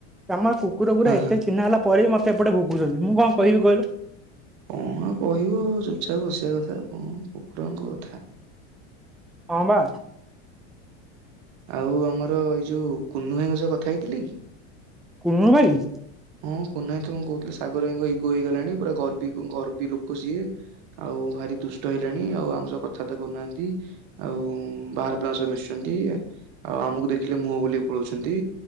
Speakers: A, in the centre; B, on the right (about 65°).
A: ଆମ ଏ କୁକୁର ଗୁରା
B: ହଁ
A: ଏତେ
B: ହଁ
A: ଚିହ୍ନା ହେଲା ପ ପରେବି ମତେ ଏପଟେ ଭୁକୁଛନ୍ତି। ମୁଁ କଣ କହିବି କହିଲ?
B: କଣ ଆଉ କହିବ? ଚୁପଚାପ ବସିବା କଥା ଆଉ କଣ କୁକୁରଙ୍କ କଥା?
A: ହଁ ବା।
B: ଆଉ ଆମର ଏଇ ଯଉ କୁନୁ ଭାଇଙ୍କ ସହ କଥା ହେଇଥିଲେ କି?
A: କୁନୁ ଭାଇ?
B: ହଁ କୁନା ଭାଇ କି ମୁଁ କହୁଥିଲି ସାଗର ଭାଇଙ୍କ ଇଗୋ ହେଇଗଲାଣି, ପୁରା ଗର୍ବୀ ଗର୍ବୀ ଲୋକ ସିଏ। ଆଉ ଭାରି ଦୁଷ୍ଟ ହେଲେଣି। ଆଉ ଆମ ସହ କଥାଆର୍ତ୍ତା କରୁନାହାଁନ୍ତି। ଆଉ ବାହାର ପିଲାଙ୍କ ସହ ମିଶୁଛନ୍ତି, ଆଉ ଆମୁକୁ ଦେଖିଲେ ମୁହଁ ବୁଲେଇ ପଳଉଛନ୍ତି।